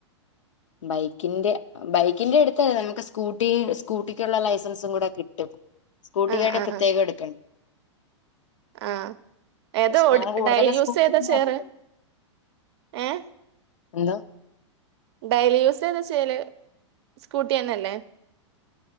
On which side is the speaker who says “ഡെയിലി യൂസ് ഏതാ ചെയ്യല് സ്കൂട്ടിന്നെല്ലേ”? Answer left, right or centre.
Right